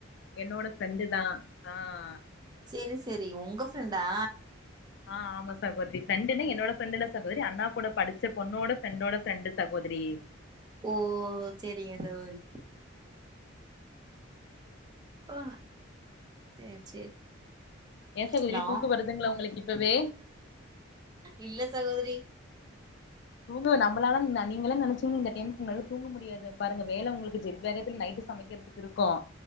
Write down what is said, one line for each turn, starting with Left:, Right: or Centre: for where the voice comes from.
Left: என்னோட ஃபிரண்டுதா ஆ அ
Right: செரி செரி உங்க பிரெண்டா
Left: ஆ ஆமா சகோதிரி ஃபிரெண்டுன்னா என்னோட ஃபிரெண்டில்ல சகோதிரி அண்ணா கூட படிச்ச பொண்ணோட ஃபிரெண்டோட ஃபிரெண்டு சகோதிரி
Right: ஓ செரி எத வரி ஆ சேரி சேரி
Left: ஏ சகோதரி
Right: ஹலோ
Left: தூக்க வருதுங்ளா உங்களுக் இப் வே
Right: இல்ல சகோதரி
Left: தூங்குவ நம்பளால நா நீங்களே நெனச்சீங்க இந்த டைமுக்கு உங்களால தூங்க முடியாது பாருங்க வேல உங்களுக்கு ஜெட் வேகத்தில் நைட்டு சமைக்கிறதுக் இருக்கு